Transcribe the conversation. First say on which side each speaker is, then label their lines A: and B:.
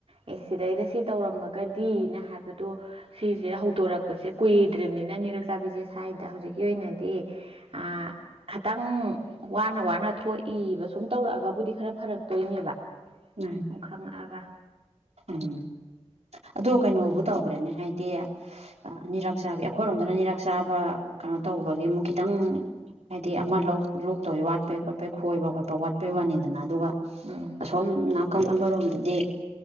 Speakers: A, on the right (about 60°); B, on the right (about 85°).
A: ꯑꯦ ꯁꯤꯗꯩꯗ ꯁꯤ ꯇꯧꯔꯝꯃꯒꯗꯤꯅ ꯍꯥꯏꯕꯗꯣ ꯁꯤꯁꯦ ꯍꯧꯗꯣꯔꯛꯄꯁꯦ ꯀꯨꯏꯗ꯭ꯔꯤꯕꯅꯤꯅ ꯅ ꯅꯤꯔꯛ ꯆꯥꯕꯤꯁꯦ ꯁ꯭ꯋꯥꯏꯗ ꯍꯧꯖꯤꯛꯀꯤ ꯑꯣꯏꯅꯗꯤ ꯑ ꯈꯤꯇꯪ ꯋꯥꯅ ꯋꯥꯅ ꯊꯣꯛꯏꯕ ꯁꯨꯝ ꯇꯧꯔꯛꯑꯒꯕꯨꯗꯤ ꯈꯔ ꯐꯔꯛꯇꯣꯏꯅꯦꯕ
B: ꯎ
A: ꯁꯨꯝ ꯈꯪꯉꯛꯑꯒ
B: ꯎꯝ ꯑꯗꯣ ꯀꯩꯅꯣꯕꯨ ꯇꯧꯈ꯭ꯔꯦꯅꯦ ꯍꯥꯏꯗꯤ ꯑꯅꯤꯔꯛ ꯆꯥꯕꯤ ꯑꯩꯈꯣꯏꯔꯣꯝꯗꯅ ꯑꯅꯤꯔꯛ ꯆꯥꯕ ꯀꯩꯅꯣ ꯇꯧꯕꯒꯤ ꯃꯨꯛ ꯈꯤꯇꯪ ꯍꯥꯏꯗꯤ ꯑꯃ ꯂꯧ ꯂꯣꯛꯇꯧꯤ ꯋꯥꯠꯄꯩ ꯈꯣꯠꯄꯩ ꯈꯣꯏꯕ ꯈꯣꯠꯄ ꯋꯥꯠꯄꯩ ꯋꯥꯅꯤꯗꯅ ꯑꯗꯨꯒ
A: ꯎꯝ
B: ꯑꯁꯣꯝ ꯅꯥꯀꯜ ꯑꯃꯔꯣꯝꯗꯗꯤ